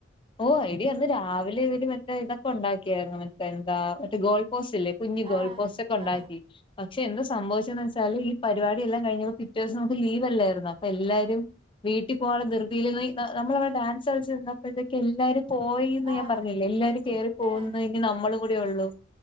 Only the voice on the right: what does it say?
ആ
ആ
ഓ
ആ
ഏ